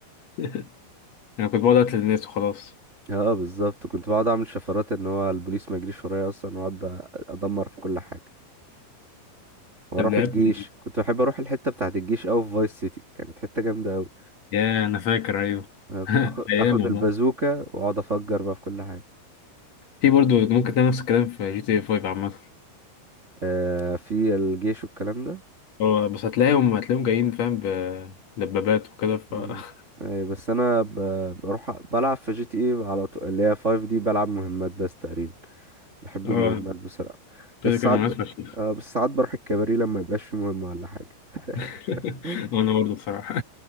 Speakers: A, on the left; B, on the right.
A: <laughs> أنا كنت بقعد أقتل الناس وخلاص
B: اه بالظبط كنت بقعد اعمل شفرات ان هو البوليس ما يجريش ورايا اصلا واقعد بقى ادمر في كل حاجه واروح
A: طب لعبت
B: الجيش كنت بحب اروح الحته بتاعه الجيش اوي في فايس سيتي كانت حته جامده اوي
A: يا أنا فاكر أيوه
B: أنا كنت
A: <laughs>
B: باخد-
A: أيام
B: اخد
A: والله
B: البازوكه واقعد افجر بقى في كل حاجه
A: في برضه ممكن تعمل نفس الكلام في جي تي 5 عامة
B: آه في الجيش والكلام ده
A: هو بس هتلاقيهم هتلاقيهم جايين فاهم بدبابات وكده ف
B: مم.
A: <laughs>
B: اي بس انا ب... بروح بلعب في جي تي اي على طول اللي هي 5 دي بلعب مهمات بس تقريبا بحب
A: اه
B: المهمات بسرعة
A: كده
B: بس
A: كده
B: ساعات
A: مناسبة
B: ب...
A: فشيخ
B: آه بس ساعات بروح الكباري لما يبقاش في مهمة ولا حاجة
A: <laughs>
B: <laughs>
A: وانا برضه بصراحة